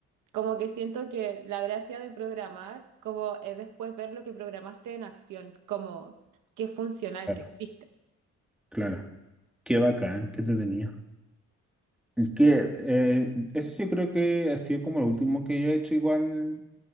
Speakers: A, on the right; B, in the centre.
A: como que siento que la gracia de programar como es después ver lo que programaste en acción, como que es funcional,
B: Claro,
A: que existe.
B: claro. Qué bacán, qué entretenido. Y Que, eh, eso yo creo que ha sido como lo último que yo he hecho igual.